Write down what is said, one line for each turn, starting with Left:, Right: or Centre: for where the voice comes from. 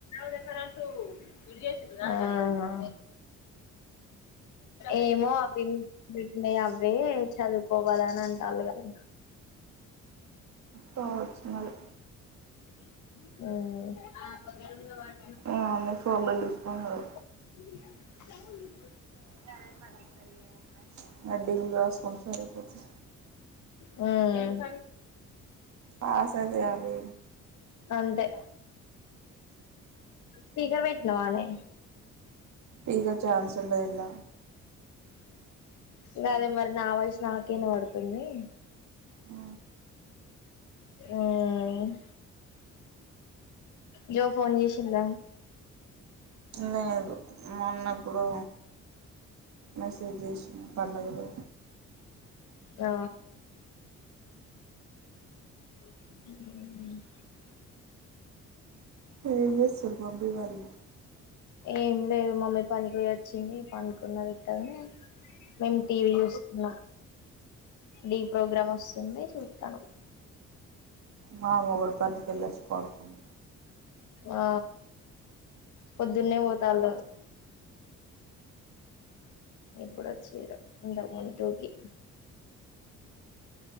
Left: <inaudible> ఆ ఆ ఏమో అవి పెట్టిన్నాయి అవే చదువుకోవాలని అంటాన్లు కదా
Right: కావచ్చు మరి
Left: ఉమ్ <inaudible>
Right: ఆ అన్ని ఫోన్లు చూసి అన్నడు
Left: చె
Right: గదే పనైతది ఇగ ఎమున్నాది. హెడ్డింగ్ రాస్కొని, సరేపోతు
Left: ఉమ్
Right: పాసైతే చాలే
Left: అంతే స్పీకర్ పెట్టినవానే
Right: ఇగ చాన్స్ ఉండది ఇళ్ళ
Left: గదే మరి నా వాయిస్ నాకే ఇనవడుతుంది
Right: ఉ
Left: ఉమ్ జో ఫోన్ చేసింద
Right: లేదు మొన్నప్పుడో మెసేజ్ జేసిన పండ గారో
Left: ఆ <unintelligible>
Right: ఏం చేస్తుల్ మమ్మీ వాళ్లు
Left: ఏం లేదు మమ్మీ పనికోయి అచ్చింది పండుకున్న ఉత్తగనే మేం టీవీ చూస్తున్నా డి ప్రోగ్రామ్ వస్తు చెన్నే చూతను
Right: మా అమ్మ కూడా పని కెళ్ళచి పడుకుంది
Left: ఆ పొద్దున్నే పోతళ ఇప్పుడు వచ్చారు ఇంత ము టూకి